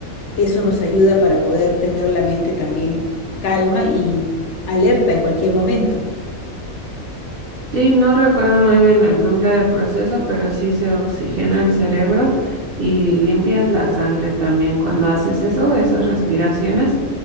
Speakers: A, on the left (about 65°); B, on the right (about 55°).
A: eso nos ayuda para poder tener la mente también calma y alerta en cualquier momento.
B: Sí, no recuerdo muy bien el nombre del proceso, pero sí se oxigena el cerebro y limpias la sangre también. Cuando haces eso, esas respiraciones,